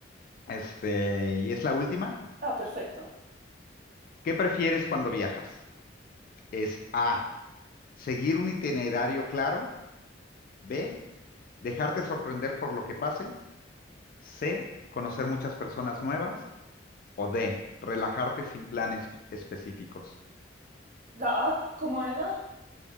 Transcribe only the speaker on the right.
Ah, perfecto.
¿La A cómo era?